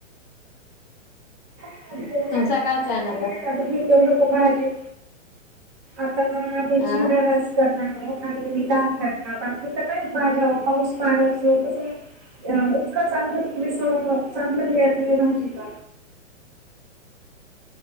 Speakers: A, on the right; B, on the left.
A: ज
B: तुमचा काय प्लॅन आता
A: ते लोक पाहिजे आता आम्ही
B: अ
A: जी राला करणार आणि काम करता बाकीच काय भाज्या पाऊस पाण्या अस कसं इतकं चांगलं पुरेस चांगलं मिलेजिक